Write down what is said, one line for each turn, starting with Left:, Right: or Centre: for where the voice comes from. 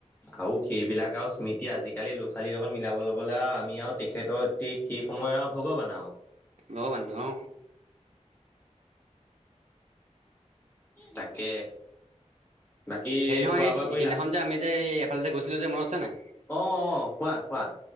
Left: আৰু সেইবিলাক আৰু স্মৃতি আজিকালি ল'ৰা ছোৱালীৰ লগত মিলাব লগলে আমি আৰু তেখেতৰ এতি শেষ সময় আৰু ভগৱান আও
Right: বহ বন্ধ অ
Left: তাকে বাকী
Right: হেৰি নহয়
Left: খোৱা
Right: সেই
Left: বোৱা কৰিলা
Right: সেইদিনাখন যে আমি যে এইফালে যে গৈছিলো যে মনত আছে নাই
Left: অ অ কোৱা কোৱা